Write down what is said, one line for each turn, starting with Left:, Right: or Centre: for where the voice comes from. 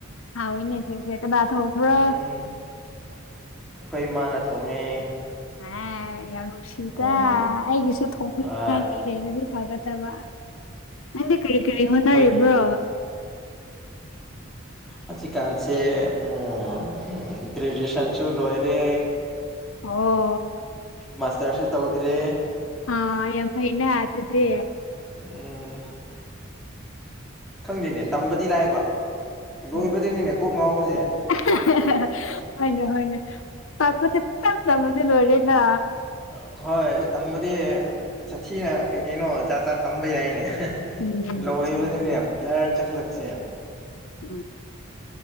Left: ꯍꯥꯎꯏꯅꯦ ꯑꯗꯨꯗꯤ ꯀꯅꯥ ꯊꯣꯡꯕ꯭ꯔ
Centre: ꯎꯝ ꯑꯩꯈꯣꯏ ꯃꯥꯅ ꯊꯣꯡꯉꯦ
Left: ꯑꯦ ꯌꯥꯝ ꯅꯨꯡꯁꯤꯗ
Centre: ꯎꯝ
Left: ꯑꯩꯒꯤꯁꯨ ꯊꯣꯡꯕꯤꯅꯤꯡꯉꯥꯏ
Centre: ꯑ
Left: ꯃꯤ ꯂꯩꯔꯗꯤ ꯐꯒꯗꯕ ꯅꯪꯗꯤ ꯀꯔꯤ ꯀꯔꯤ ꯍꯣꯠꯅꯔꯤꯕ꯭ꯔꯣ
Centre: ꯍꯣꯏꯅꯦ ꯍꯧꯖꯤꯛꯀꯥꯟꯁꯦ ꯎꯝ ꯎ ꯭ꯒꯔꯦꯖ꯭ꯨꯌꯦꯁꯟꯁꯨ ꯂꯣꯏꯔꯦ
Left: ꯑꯣ
Centre: ꯃꯥꯁꯇꯔꯁꯨ ꯇꯧꯗ꯭ꯔꯦ
Left: ꯑꯥ ꯌꯥꯝ ꯐꯩꯅ ꯑꯗꯨꯗꯤ
Centre: ꯎꯝ ꯈꯪꯗꯦꯅꯦ ꯇꯝꯕꯗꯤ ꯂꯥꯏꯕ ꯂꯣꯏꯕꯗꯅꯤꯅꯦ
Left: ꯑꯣ
Centre: ꯀꯣꯛ ꯉꯥꯎꯕꯁꯦ
Left: <unintelligible> ꯍꯣꯏꯅꯦ ꯍꯣꯏꯅꯦ ꯇꯝꯕꯗꯤ ꯄꯨꯡꯇꯝ ꯇꯝꯃꯗꯤ ꯂꯣꯏꯔꯦꯅ
Centre: ꯍꯣꯏ ꯇꯝꯕꯗꯤ ꯁꯥꯊꯤꯅ ꯀꯩ ꯀꯩꯅꯣ ꯖꯥꯠ ꯖꯥꯥꯠ ꯇꯝꯕ ꯌꯥꯏꯅꯦ
Left: ꯎꯝ
Centre: ꯂꯣꯏꯕꯗꯅꯦ
Left: ꯆꯨꯝꯃꯤ꯫
Centre: ꯕ꯭ꯂꯔ ꯆꯠꯈꯠꯂꯛꯄꯁꯦ
Left: ꯎꯝ